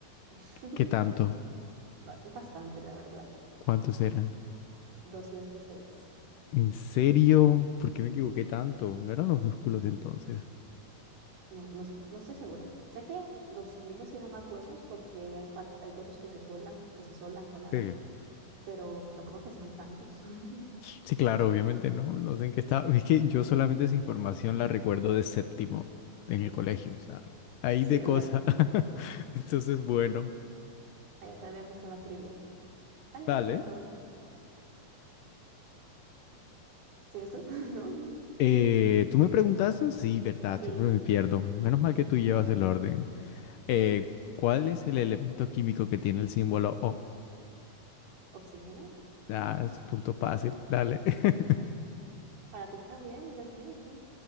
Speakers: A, on the right; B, on the left.
A: <laughs>
B: ¿Qué tanto?
A: ba- bastante, la verdad.
B: ¿Cuántos eran?
A: doscientos seis
B: ¿En serio? ¿Por qué me equivoqué tanto? No eran los músculos entonces.
A: No, no, no estoy segura. Sé que los niños tienen más huesos porque hay, par- hay huesos que se sueldan, que se sueldan con la
B: Sí,
A: edad, pero no creo que sean tantos. <laughs>
B: sí, claro, obviamente no, no sé en qué estaba. Es que yo solamente esa información la recuerdo de séptimo en el colegio, o sea, ahí
A: Sí,
B: de
A: es
B: cosa.
A: verdad. Rico.
B: <laughs> Entonces, bueno,
A: Ahí aprendemos con la trivia. Dale,
B: vale.
A: dame una pregunta. ¿Sigues tú? <laughs> ¿No?
B: Eh, ¿tú me preguntaste? Sí, verdad,
A: Sí,
B: siempre me pierdo. Menos mal que tú llevas el orden. Eh, ¿cuál es el elemento químico que tiene el símbolo O?
A: oxígeno.
B: Ah, es un punto fácil, dale. <laughs>
A: Para ti también eres químico.